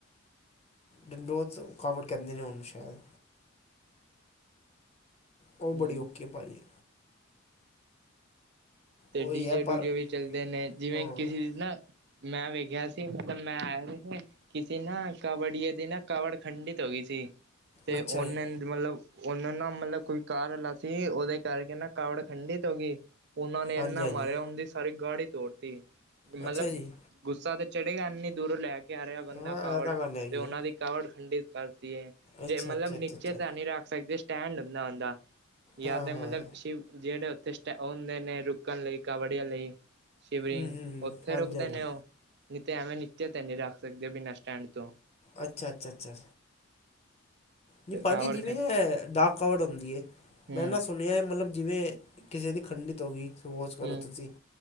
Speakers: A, on the left; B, on the right.
A: ਡੰਡੋ ਰਕਾਵਟ ਕਰਦੇ ਨੇ ਹਣ ਸ਼ਾਇਦ ਉਹ ਬੜੀ
B: ਹਮ
A: ਔਖੀ ਭਾਰੀ
B: ਤੇ
A: ਉਹੀ
B: ਡੀਜੇ
A: ਹੈ
B: ਡੂਜੇ
A: ਪਰ
B: ਵੀ ਚੱਲਦੇ ਨੇ ਜਿਵੇਂ
A: ਹਾਂ
B: ਕਿਸੇ ਨਾ ਮੈਂ ਵੇਖਿਆ ਸੀ, ਮਤਲਬ ਮੈਂ ਆਇਆ ਸੀ ਕਿਸੀ ਨਾ ਕਬੜਏ ਦੀ ਨਾ ਕਵੜ ਖੰਡਿਤ ਹੋ ਗਈ ਸੀ ਤੇ
A: ਅੱਛਾ
B: ਉਹਨਾਂ
A: ਜੀ
B: ਮਤਲਬ ਓਨੇ ਨਾ ਮਤਲਬ ਕੋਈ ਕਾਰ ਵਾਲਾ ਸੀ, ਓਦੇ ਕਰਕੇ ਨਾ ਕਾਵੜ ਖੰਡਿਤ ਹੋ ਗੀ। ਓਨਾਂ ਨੇ
A: ਹਾਂਜੀ
B: ਏਨਾ
A: ਹਾਂਜੀ
B: ਮਾਰਿਆ, ਓਂਦੀ ਸਾਰੀ ਗਾੜੀ ਤੋੜਤੀ ਮਤਲਬ
A: ਅੱਛਾ ਜੀ
B: ਗੁੱਸਾ ਤੇ ਚੜੇਗਾ ਇੰਨੀ ਦੂਰੋਂ ਲੈ ਕੇ ਆ ਰਿਹਾ ਬੰਦਾ
A: ਹਾਂ
B: ਕਾਵੜ
A: ਇਹ ਤਾਂ ਗੱਲ ਹੈਗੀ
B: ਤੇ ਓਨਾਂ
A: ਹੈ
B: ਦੀ ਕਾਵੜ ਖੰਡਿਤ ਕਰਤੀ ਏ
A: ਅੱਛਾ
B: ਜੇ ਮਤਲਬ
A: ਅੱਛਾ ਅੱਛਾ
B: ਨੀਚੇ
A: ਅੱਛਾ
B: ਤਾਂ ਨੀ ਰੱਖ ਸਕਦੇ ਸਟੈਂਡ <unintelligible> ਹੁੰਦਾ ਓਦਾ। ਜਾਂ
A: ਹਾਂ
B: ਤੇ ਮਤਲਬ
A: ਹਾਂ
B: ਸ਼ਿਵ ਜਿਹੜੇ ਉੱਥੇ, ਸਟ ਹੁੰਦੇ ਨੇ ਰੁਕਣ ਲਈ ਕਬੜੀਆਂ ਲਈ, ਸ਼ਿਵਿੰਗ
A: ਹੂੰ ਹੂੰ
B: ਓਥੇ
A: ਹਾਂਜੀ
B: ਰੁਕਦੇ
A: ਹਾਂਜੀ
B: ਨੇ ਓ ਨੀ ਤੇ ਐਵੇਂ ਨੀਚੇ ਤੇ ਨੀ ਰੱਖ ਸਕਦੇ ਬਿਨਾਂ ਸਟੈਂਡ ਤੋਂ।
A: ਅੱਛਾ, ਅੱਛਾ, ਅੱਛਾ। ਨਈ
B: ਤੇ
A: ਭਾਜੀ
B: ਕਾਵੜ
A: ਜਿਵੇਂ
B: ਖੰ
A: ਐ ਡਾਕ ਕਾਵੜ ਹੋਂਦੀ ਏ,
B: ਹੂੰ
A: ਮੈਂ ਨਾ ਸੁਨੇਆ ਮਤਲਬ ਜਿਵੇਂ ਕਿਸੇ ਦੀ ਖੰਡਿਤ ਹੋ ਗਈ, ਕੀ ਕਰੋ ਸੋਚੋ
B: ਹੂੰ
A: ਤੁਸੀਂ